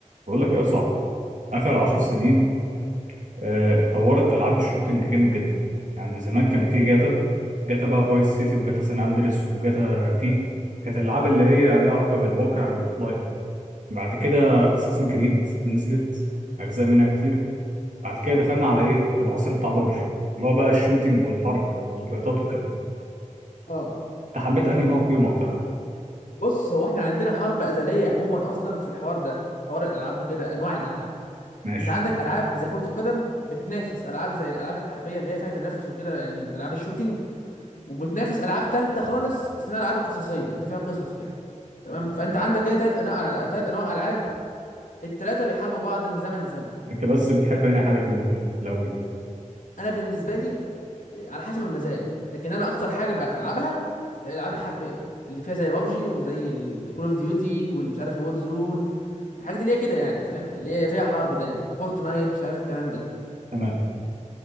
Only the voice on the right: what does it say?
بقول لك ايه يا صاحبي اخر عشر سنين آه، اتطورت العاب الشوتينج جامد جدا يعني زمان كان في جاتا جاتا بقى فايس سيتي وجاتا سان اندريس وجاتا في كانت الالعاب اللي هي ليها علاقه بالواقع والاوفلاين بعد كده اساسن
كريد نزلت اجزاء منها كتير بعد كده دخلنا على ايه العصر بتاع بابجي اللي هو بقى الشوتينج والحرب والفيطات وكده
انت حبيت انهي نوع فيهم اكتر حاجه
ماشي
انت بس بتحب انهي حاجه فيهم الاول
تمام